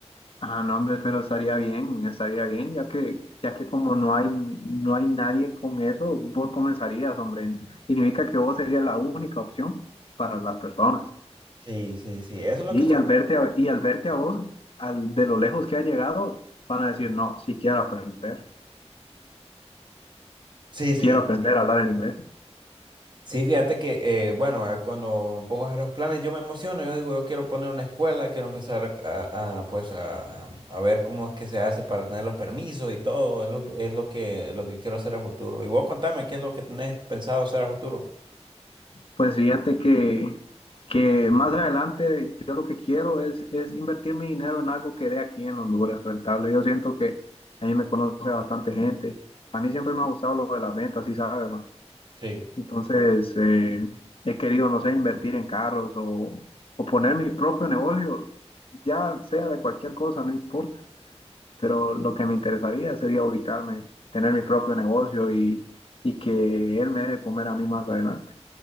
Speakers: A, on the left (about 55°); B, on the right (about 40°).
A: Ah, no, hombre, pero estaría bien, estaría bien, ya que, ya que como no hay, no hay nadie con eso, vos comenzarías, hombre. Significa que vos serías la única opción para las personas.
B: Sí, sí, sí, eso es lo
A: Y
B: que estoy.
A: al verte a, y al verte a vos, al, de lo lejos que has llegado, van a decir, no, si quiero aprender.
B: Sí, sí.
A: quiero aprender a hablar en inglés.
B: Sí, fíjate que, eh, bueno, eh, cuando me pongo a hacer los planes, yo me emociono, yo digo, yo quiero poner una escuela, quiero empezar a, a- pues a, a ver cómo es que se hace para tener los permisos y todo, es lo que, es lo que, lo que quiero hacer a futuro. Y vos contame, ¿qué es lo que tenés pensado hacer a futuro?
A: Pues fíjate que, que más adelante yo lo que quiero es, es invertir mi dinero en algo que dé aquí en Honduras rentable. Yo siento que a mí me conoce bastante gente. A mí siempre me ha gustado lo de las ventas, sí sabes, ma.
B: Sí.
A: Entonces eh, he querido, no sé, invertir en carros o, o poner mi propio negocio, ya sea de cualquier cosa, no importa. Pero lo que me interesaría sería ubicarme, tener mi propio negocio y, y que él me dé de comer a mí más adelante.